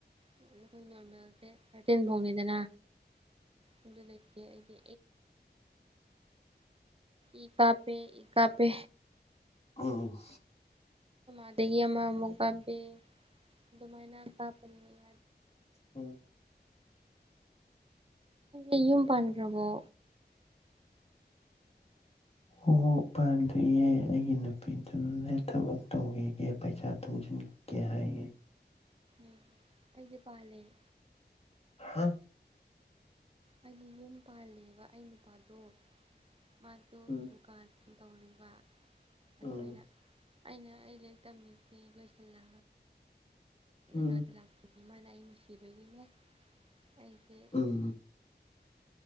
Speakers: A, on the right; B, on the left.
A: ꯑ ꯑꯩꯈꯣꯏ ꯅꯣꯔꯃꯦꯜꯁꯦ ꯊꯥꯔꯇꯤꯟ ꯐꯥꯎꯅꯤꯗꯅ ꯑꯗꯨ ꯂꯩꯇꯦ ꯑꯩꯗꯤ ꯣ ꯏ ꯀꯥ ꯄꯦ ꯏ ꯀꯥ ꯄꯦ
B: ꯎꯝ
A: ꯥꯗꯒꯤ ꯑꯃꯃꯨꯛ ꯀꯥꯞꯕꯦ ꯑꯗꯨꯃꯥꯏꯅ ꯀꯥꯞꯄꯅꯤꯔꯦ
B: ꯍ
A: ꯏ ꯂꯨꯝ ꯄꯟ꯭ꯔꯕꯣ
B: ꯑꯣ ꯄꯥꯟꯗ꯭ꯔꯤꯌꯦ ꯑꯩꯒꯤ ꯅꯨꯄꯤꯗꯨꯅꯅꯦ ꯊꯕꯛ ꯇꯧꯈꯤꯒꯦ ꯄꯩꯁꯥ ꯇꯨꯡꯁꯤꯟꯒ ꯀ ꯍꯥꯏ
A: ꯎꯝ ꯑꯩꯒꯤ ꯄ ꯂꯩꯦ
B: ꯍꯥ
A: ꯑꯩꯗꯤ ꯌꯨꯝ ꯄꯥꯜꯂꯦꯕ ꯑꯩ ꯅꯨꯄꯥꯗꯣ ꯃꯥꯗꯣ
B: ꯎꯝ
A: ꯗꯨꯀꯥꯟ ꯇꯧꯔꯤꯕ
B: ꯎꯝ
A: ꯑꯗꯨ ꯑ ꯑꯣꯏꯅ ꯑꯩꯅ ꯑꯩ ꯂ ꯇꯝꯃꯤꯁꯦ ꯂꯣꯏꯁꯜꯂ
B: ꯎꯝ
A: ꯉ ꯂꯥꯛꯄꯤ ꯏꯃꯥꯅ ꯑꯩ ꯅꯨꯡꯁꯤꯕꯒꯤꯅꯦ ꯑꯩꯁꯦ
B: ꯎꯝ